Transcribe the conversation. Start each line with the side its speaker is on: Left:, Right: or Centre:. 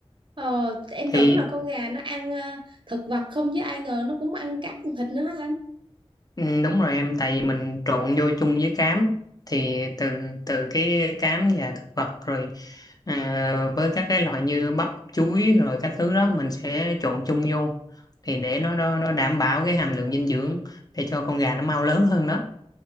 Right: ờ em
Left: thì
Right: tưởng là con gà nó ăn ờ, thực vật không với ai ngờ nó cũng ăn cát ăn thịt nữa hả anh
Left: Ừ, đúng rồi em tại vì mình trộn vô chung với cám thì từ từ cái cám và thực vật rồi ờ, với các cái loại như bắp chuối rồi các thứ đó mình sẽ trộn chung vô thì để nó nó, nó đảm bảo cái hàm lượng dinh dưỡng để cho con gà nó mau lớn hơn đó